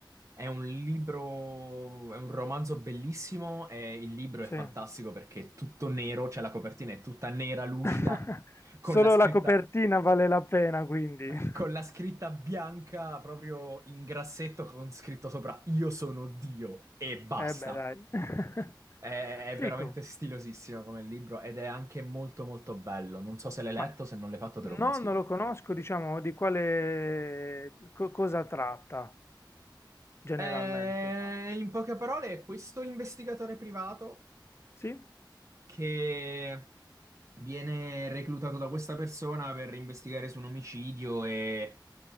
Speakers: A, on the right; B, on the left.
A: è un libro, è un romanzo bellissimo e il libro è
B: sì.
A: fantastico perché è tutto nero, cioè la copertina è tutta nera, lucida,
B: <laughs>
A: con
B: Solo
A: la scritta
B: la copertina vale la pena quindi. <laughs>
A: con la scritta bianca proprio in grassetto con scritto sopra Io sono Dio e basta.
B: Eh beh, dai. <laughs>
A: È, è
B: Fico.
A: veramente stilosissimo come libro ed è anche molto molto bello. Non so se l'hai letto,
B: Ma
A: se non l'hai fatto te lo consiglio.
B: no, non lo conosco, diciamo, di quale co- cosa tratta generalmente,
A: Eh,
B: diciamo.
A: in poche parole, questo investigatore privato
B: Sì?
A: che viene reclutato da questa persona per investigare su un omicidio e,